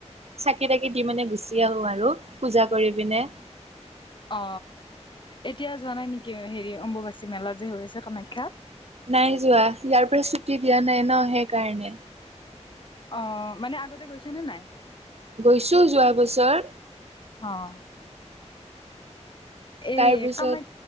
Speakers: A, on the right; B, on the left.
A: চাকি তাকি দি মানে গুচি আহো আৰু পূজা কৰি পিনে।
B: অ, এতিয়া যোৱা নাই নেকি হেৰি অম্বুবাচী মেলা যে হৈ আছে কামাখ্যা।
A: নাই যোৱা ইয়াৰ পৰা ছুটি দিয়া নাই ন সেইকাৰণে।
B: অ, মানে আগতে গৈছে নে নাই।
A: গৈছো যোৱা বছৰ।
B: অ', এই
A: তাৰপিছত
B: কামা